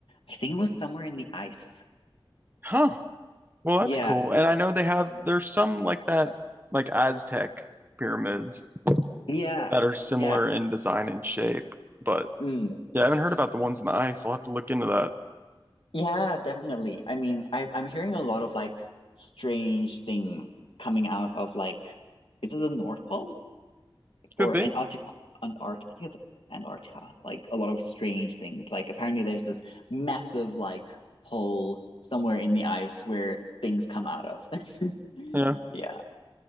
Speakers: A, on the left; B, on the right.
A: I think it was somewhere in the ice.
B: Huh. Well,
A: Yeah.
B: that's cool. And I know they have there's some like that like Aztec pyramids
A: Yeah,
B: that are similar
A: yeah,
B: in design and shape, but
A: mm,
B: yeah, I haven't heard about the ones in the ice. I'll have to look into that.
A: yeah, definitely. I mean, I I'm hearing a lot of like strange things coming out of like, is it the North Pole
B: Could
A: or
B: be.
A: Antarctica? Antart, I think it's Antarctica. Like a lot of strange things. Like apparently there's this massive like hole somewhere in the ice where things come out of. <laughs>
B: Yeah.
A: Yeah,